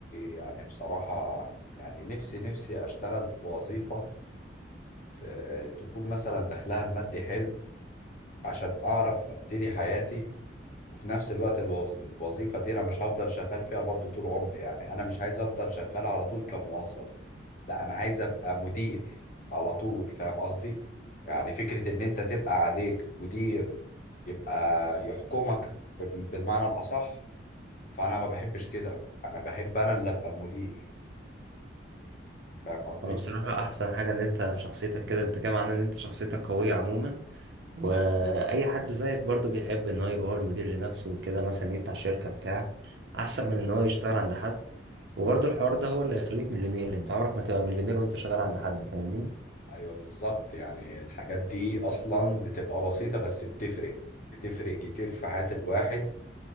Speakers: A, on the left; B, on the right.
A: يعني بصراحة يعني نفسي نفسي اشتغل في وظيفة في تكون مثلا دخلها المادي حلو عشان اعرف ابتدي حياتي وفي نفس الوقت الوظ- الوظيفة دي أنا مش هفضل شغال فيها برضو طول عمري يعني أنا مش عايز أفضل شغال على طول كموظف لا أنا عايز أبقى مدير على طول فاهم قصدي؟ يعني فكرة إن أنت تبقى عليك مدير يبقى يحكمك ب- بالمعنى الأصح فأنا ما بحبش كده أنا بحب أنا اللي أبقى المدير فاهم قصدي؟
B: هو بصراحة احسن حاجة ان انت شخصيتك كده انت كده معناه ان انت شخصيتك قوية عموما واي حد زيك برضو بيحب ان هو يبقى هو المدير لنفسه وكده مثلا يفتح شركة بتاع احسن من ان هو يشتغل عند حد وبرضه الحوار ده هو اللي هيخليك مليونير انت عمرك ما تبقى مليونير وانت شغال عند حد فاهمني
A: أيوه بالظبط يعني الحاجات دي أصلا بتبقى بسيطة بس بتفرق بتفرق كتير في حياة الواحد